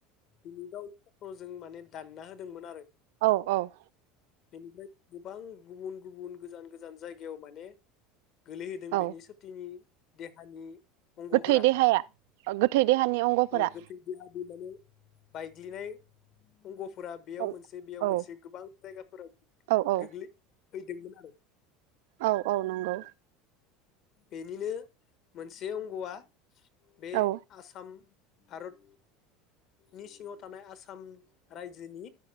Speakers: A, on the left; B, on the right.
A: बिनिफाय सट्रजों माने दानना होदोंमोन आरो।
B: औ औ।
A: बेनिफ्राय गोबां गुबुन गुबुन गोजान गोजान जायगायाव माने। गोलैहोदों
B: औ
A: बेनि सुतिनि। देहानि। अंगफोरा
B: गोथै देहाया गोथै देहानि अंगफोरा।
A: औ गोथै देहानि माने बायग्लिनाय अंग। फोरा बेयाव
B: औ
A: मोनसे बेयाव मोनसे।
B: औ
A: आं जायगाफोरा
B: औ औ
A: गोग्लै। फैदोंमोन आरो।
B: औ औ नंगौ।
A: बेनिनो मोनसे अंगआ। बे
B: औ
A: आसाम। भारत नि सिङाव। थानाय आसाम रायजोनि